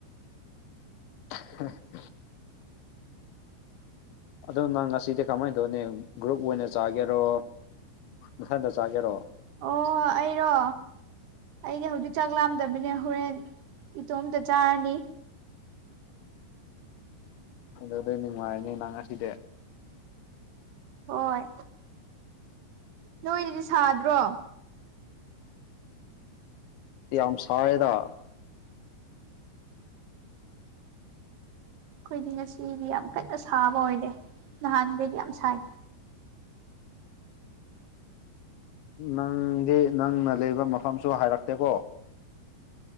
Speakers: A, on the left (about 80°); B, on the right (about 70°).
A: <unintelligible> ꯑꯗꯨ ꯅꯪ ꯉꯁꯤꯗꯤ ꯀꯃꯥꯏꯅ ꯇꯧꯅꯤ ꯒ꯭ꯔꯨꯞ ꯑꯣꯏꯅ ꯆꯥꯒꯦꯔꯣ ꯅꯊꯟꯗ ꯆꯥꯒꯦꯔꯣ
B: ꯑꯣ ꯑꯩꯔꯣ ꯑꯩꯗꯤ ꯍꯧꯖꯤꯛ ꯆꯥꯛ ꯂꯥꯝꯗꯕꯅꯦ ꯍꯣꯔꯦꯟ ꯏꯇꯣꯝꯇ ꯆꯥꯔꯅꯤ
A: ꯑꯗꯨ ꯑꯗꯨ ꯅꯨꯡꯉꯥꯏꯅꯦ ꯅꯪ ꯉ ꯑꯁꯤꯗꯤ
B: ꯍꯣꯏ ꯅꯣꯏꯗꯗꯤ ꯁꯥꯗ꯭ꯔꯣ
A: ꯌꯥꯝ ꯌꯥꯝꯁꯥꯏꯗ
B: ꯑꯩꯈꯣꯏꯗꯤ ꯉꯁꯤꯗꯤ ꯌꯥꯝ ꯀꯟꯅ ꯁꯥꯕ ꯑꯣꯏꯗꯦ ꯅꯍꯥꯟꯈꯩꯗꯤ ꯌꯥꯝ ꯁꯥꯏ
A: ꯅꯪꯗꯤ ꯅꯪꯅ ꯂꯩꯕ ꯃꯐꯝꯁꯨ ꯍꯥꯏꯔꯛꯇꯦꯀꯣ